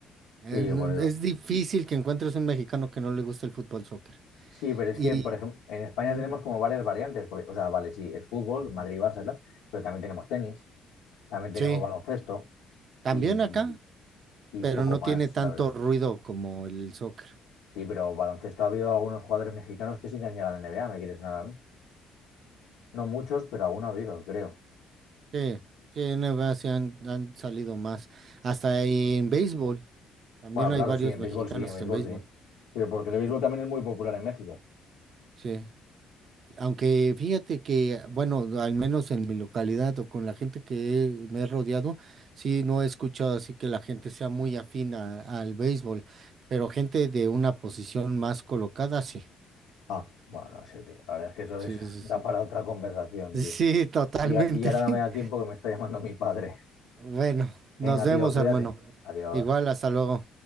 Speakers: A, on the right (about 50°); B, on the left (about 85°).
A: Eh,
B: Sí,
A: n-
B: por ello.
A: Es difícil que encuentres un mexicano que no le guste el fútbol soccer.
B: Sí, pero es
A: Y
B: que, por ejemplo, en España
A: mm,
B: tenemos como varias variantes, porque, o sea, vale, sí, es fútbol,
A: ujú.
B: Madrid, Barça y tal, pero también tenemos tenis, también
A: sí,
B: tenemos baloncesto
A: también
B: y,
A: acá,
B: y
A: pero
B: poco
A: no
B: más,
A: tiene tanto
B: la verdad.
A: ruido como el soccer.
B: Sí, pero baloncesto ha habido algunos jugadores mexicanos que sí que han llegado a la NBA, me quiere sonar a mí. No muchos, pero alguno ha habido, creo.
A: Sí, sí, en NBA sí han, han salido más. Hasta en béisbol, también
B: Bueno,
A: hay
B: claro,
A: varios
B: sí, en
A: mexicanos
B: béisbol sí, en béisbol
A: en béisbol.
B: sí. Pero porque el
A: Ujú.
B: béisbol también es muy popular en México.
A: Sí, aunque fíjate que, bueno, al menos en mi localidad o con la gente que he- me he rodeado, sí, no he escuchado así que la gente sea muy afín a- al béisbol, pero gente de una posición más colocada, sí.
B: Ah, bueno, no sé, tío. La verdad es que eso
A: Sí,
B: es,
A: sí,
B: <laughs> da
A: sí.
B: para otra conversación,
A: Sí,
B: tío.
A: totalmente.
B: Y, a- y ahora
A: <laughs>
B: no me da tiempo que me está llamando mi padre.
A: Bueno,
B: Venga,
A: nos vemos,
B: tío, cuídate.
A: hermano.
B: Adiós.
A: Igual, hasta luego.